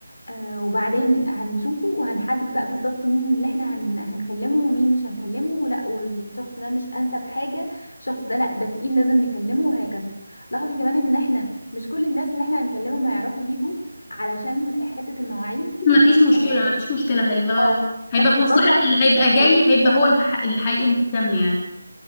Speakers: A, on the left (about 60°); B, on the left (about 20°).
A: آه وبعدين هنشوفه وهنحدد بقى بالظبط مين اللي احنا هن... هنكلمه ومين مش هنكلمه لا والشخص ده مش انسب حاجة الشخص ده لا ده تقيل لازم نكلمه وهكذا لاحظي كمان ان احنا مش كل الناس اللي احنا هنكلمهم هيعرفوا يجوا علشان حتة المواعيد
B: مفيش مشكله
A: اه
B: مفيش مشكله هيبقى
A: آه.
B: هيبقى
A: بس
B: في مصلحتنا
A: برضو عايزة أقول
B: اللي هيبقى
A: لك حاجة.
B: جاي هيبقى هو الح- الحقيقي مهتم يعني